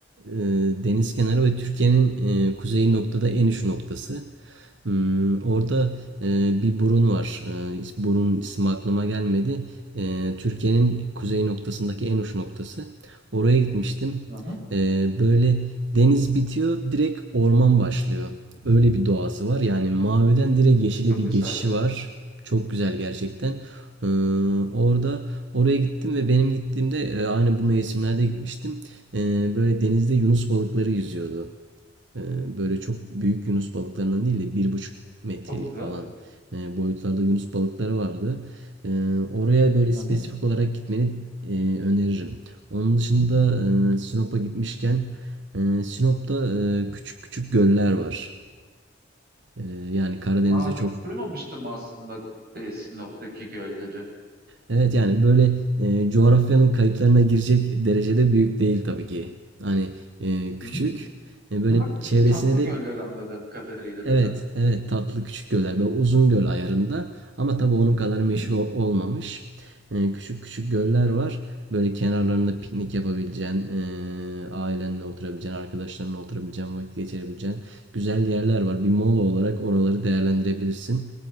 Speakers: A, on the right; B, on the right.
A: e, deniz kenarı ve Türkiye'nin e, kuzey noktada en uç noktası. Hmm, orada e, bir burun var. E, is- burun ismi aklıma gelmedi. E, Türkiye'nin kuzey noktasındaki en uç noktası. Oraya gitmiştim.
B: Hı hı.
A: Ee, böyle deniz bitiyor, direkt orman başlıyor. Öyle bir doğası var. Yani maviden direkt yeşile
B: Çok
A: bir
B: güzel.
A: geçişi var. Çok güzel gerçekten. Ee, orada oraya gittim ve benim gittiğimde e, aynı bu mevsimlerde gitmiştim. Ee, böyle denizde yunus balıkları yüzüyordu. Ee, Böyle çok büyük yunus balıklarından değil de bir buçuk metrelik
B: Çok güzel.
A: falan e, boyutlarda yunus balıkları vardı. Ee, Oraya böyle
B: Hı
A: spesifik
B: hı.
A: olarak gitmeni e, öneririm. Onun dışında e, Sinop'a gitmişken e, Sinop'ta e, küçük küçük göller var. E, Yani Karadeniz'de
B: Aa,
A: çok
B: hiç duymamıştım aslında e, Sinop'taki gölleri.
A: evet yani böyle e, coğrafyanın kayıtlarına girecek derecede büyük değil tabii ki. Hani e,
B: Hı
A: küçük
B: hı.
A: e, böyle
B: Ama
A: çevresine
B: çok tatlı göller
A: de
B: anladığım kadarıyla
A: Evet,
B: değil mi?
A: evet tatlı küçük göller böyle uzun göl ayarında ama tabii onun kadar
B: Hı
A: meşhur
B: hı.
A: ol- olmamış. Ee, küçük küçük göller var. Böyle kenarlarında piknik yapabileceğin, ee, ailenle oturabileceğin, arkadaşlarınla oturabileceğin, vakit geçirebileceğin güzel yerler var. Bir mola olarak oraları değerlendirebilirsin.